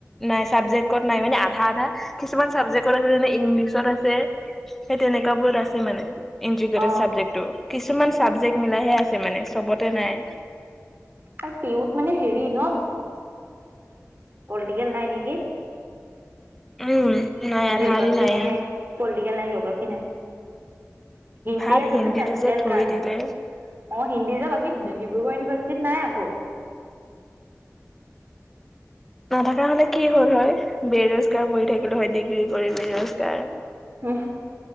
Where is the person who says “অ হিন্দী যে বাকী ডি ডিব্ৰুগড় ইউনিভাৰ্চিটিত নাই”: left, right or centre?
Right